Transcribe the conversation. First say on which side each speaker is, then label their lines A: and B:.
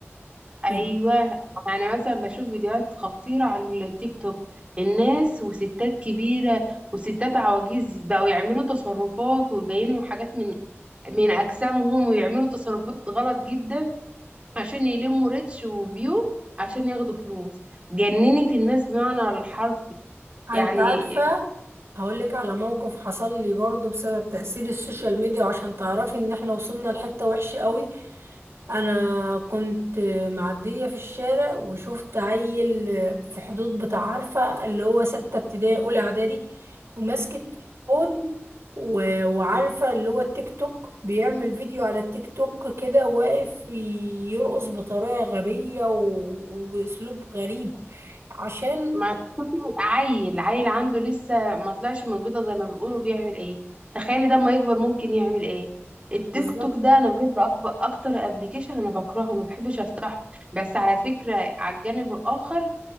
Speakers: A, on the right; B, on the right.
A: ايوه
B: يعني
A: يعني مثلا بشوف فيديوهات خطيره على التيك توك الناس وستات كبيره وستات عواجيز بقوا يعملوا تصرفات ويبينوا حاجات من من اجسامهم ويعملوا تصرفات غلط جدا عشان يلموا ريتش وفيو عشان ياخدوا فلوس جننت الناس بمعنى الحرفي
B: انت
A: يعني
B: عارفة هقول لك على موقف حصل لي برضه بسبب تأثير السوشيال ميديا وعشان تعرفي ان احنا وصلنا لحتة وحشة قوي انا كنت معدية في الشارع وشفت عيل في حدود بتاع عارفة اللي هو ستة ابتدائي اولى اعدادي وماسك التليفون و- وعارفة اللي هو التيك توك بيعمل فيديو على التيك توك كده واقف يرقص بطريقة غبية و... وبأسلوب غريب عشان
A: ما شوفي عيل عيل عنده لسه ما طلعش من البيضة زي ما بيقولوا بيعمل ايه تخيلي ده اما يكبر ممكن يعمل ايه التيك
B: بالظبط
A: توك ده انا بجد اكبر اكتر ابلكيشن انا بكرهه ما بحبش افتحه بس على فكرة على الجانب الاخر